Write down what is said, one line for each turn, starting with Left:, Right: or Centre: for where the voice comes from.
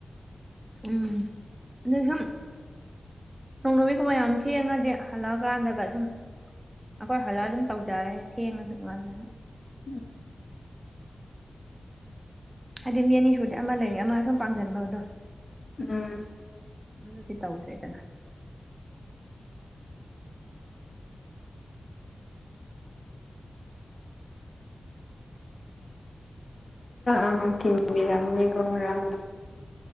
Right: ꯎꯝ ꯑꯗ ꯁꯨꯝ ꯅꯣꯡꯅꯃꯤꯠꯀꯨꯝꯕ ꯌꯥꯝ ꯊꯦꯡꯉꯗꯤ ꯍꯜꯂꯛꯑꯀꯥꯟꯗꯒ ꯁꯨꯝ ꯑꯩꯈꯣꯏ ꯍꯜꯂꯛ ꯑꯗꯨꯝ ꯇꯧꯖꯔꯦ ꯊꯦꯡꯉꯁꯨ ꯃꯥꯜꯂꯒ
Left: ꯎꯝ
Right: ꯍꯥꯏꯗꯤ ꯃꯤ ꯑꯅꯤ ꯁꯨꯗꯤ ꯑꯃ ꯂꯩꯌꯦ ꯑꯃ ꯁꯨꯝ ꯄꯥꯡꯁꯤꯟꯕꯗꯣ
Left: ꯎꯝ
Right: ꯑꯗꯨꯗꯨꯗꯤ ꯇꯧꯗ꯭ꯔꯦꯗꯅ
Left: ꯑ ꯇꯤꯟꯕꯤꯔꯝꯅꯤ ꯀꯔꯥꯡ